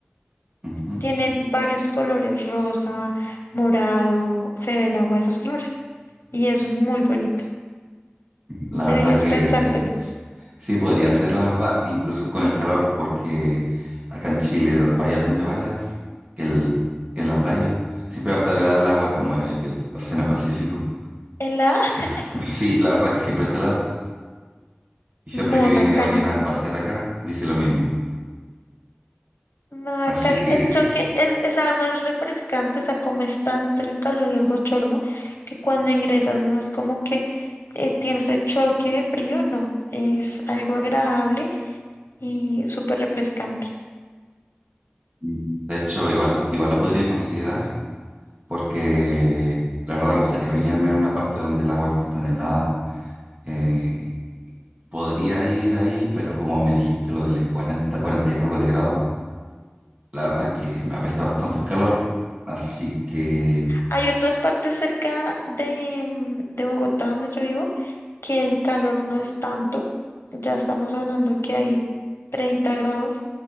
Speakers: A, on the right (about 35°); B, on the left (about 85°).
A: Ujú.
B: Tiene varios colores, rosa, morado, se ve el agua de esos colores y es muy bonito.
A: La
B: Deberías
A: verdad que
B: pensártelo.
A: es- es- sí podría ser, la verdad, incluso con el calor, porque acá en Chile, vayas donde vayas, el, en la playa, siempre va a estar helada el agua como eh, del Océano Pacífico.
B: ¿En la? <laughs>
A: <laughs> Sí, la verdad que siempre está helada. Y siempre
B: No,
A: que viene
B: acá
A: alguien
B: no.
A: a pasear acá, dice lo mismo.
B: No, acá
A: Así
B: el,
A: que,
B: el choque es, esa agua es refrescante, o sea, como es tanto el calor y el bochorno, que cuando ingresas no es como que eh, tienes el choque de frío, no, es algo agradable y súper refrescante.
A: mm, de hecho, igual, igual lo podría considerar, porque la verdad me gustaría bañarme en una parte donde el agua no esté tan helada. Eh, podría ir ahí, pero como me dijiste lo del 40, 40 y algo de grado, la verdad es que me apesta bastante el calor. Así que,
B: Hay otras partes cerca de, mm, de Bogotá donde yo vivo que el calor no es tanto, ya estamos hablando que hay 30 grados,